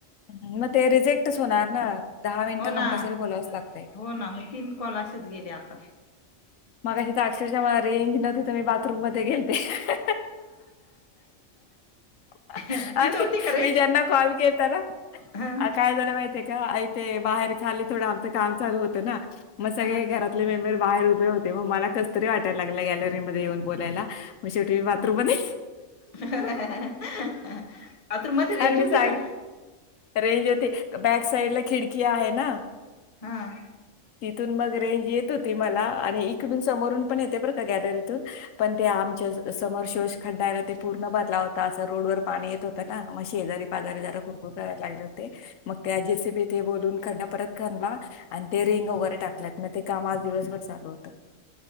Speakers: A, on the left; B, on the left.
A: मग ते रिजेक्टच होणार ना. मिनिटं
B: हो ना
A: कंपल्सरी बोलावंच लागतंय.
B: हो ना मग तीन कॉल असच गेले आता
A: मगाशी तर अक्षरशः मला रेंज नव्हती त मी बाथरूम मध्ये गेलते हा हा..
B: तिथं
A: आणि
B: होती का रेंज
A: मी ज्यांना कॉल केलता ना
B: हा
A: अ काय झालं माहितीय का ते बाहेर खाली थोडं आमचं काम चालू होतं ना मग सगळे
B: हा
A: घरातले मेंबर बाहेर उभे होते ते मग मला कस तरी वाटायला लागलं गॅलरीमध्ये येऊन बोलायला मग शेवटी मी बाथरूम मध्ये
B: ह बाथरूम मध्ये रेंज
A: आणि मी
B: होती
A: सांग
B: का?
A: रेंज होती बॅक साइड ला खिडकी आहे ना
B: हा.
A: तिथून मग रेंज येत होती मला आणि इकडून सम रून पण येते बर का गॅलरीतून पण ते आमच्या समोर शोश खड्डा आहे ना तो पूर्णपणे भरला होता अस रोड व पाणी येत होतं ना मग शेजारी पाजारी जरा कुरकुर करायला लागले होते मग ते जेसीबी तेन बोलून खड्ड परत खनला मग ते रिंग वगैरे टाक ते का दिवसभर चालू होत